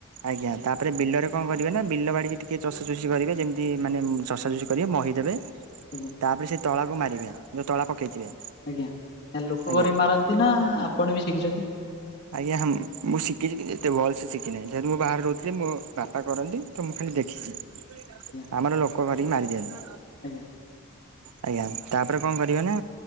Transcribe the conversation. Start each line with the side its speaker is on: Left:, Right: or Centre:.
Right: ଆଜ୍ଞା ତାପରେ ବିଲରେ କଣ କରିବେ ନା ବିଲ ବାଡିକି ଟିକେ ଚଷାଚୁଷି କରିବେ ଯେମିତି ମାନେ ଚଷାଚୁଷି କରିବେ ମହିଦେବେ।
Left: ଆଜ୍ଞା।
Right: ତାପରେ ସେଇ ତଳାକୁ ମାରିବେ ଯୋଉ ତଳା ପକେଇଥିବେ।
Left: ଆଜ୍ଞା ଲୋକ
Right: ଆଜ୍ଞା
Left: କରିକି ମାରନ୍ତି ନା ଆପଣ ବି ଶିଖିଛନ୍ତି?
Right: ଆଜ୍ଞା ହଁମ୍ ମୁଁ ଶିଖିଛି ଟିକେ ଏତେ ଭଲସେ ଶିଖିିନେହିଁ ଯେହେତୁ ମୁଁ ବାହାରେ ରହୁଥିଲି ମୋ ବାପା କରନ୍ତି। ତ ମୁଁ ଖାଲି ଦେଖିଛି,
Left: ଆଜ୍ଞା
Right: ଆମର ଲୋକ କରିକି ମାରି ଦିଅନ୍ତି।
Left: ଆଜ୍ଞା
Right: ଆଜ୍ଞା ତାପରେ କଣ କରିବେ ନା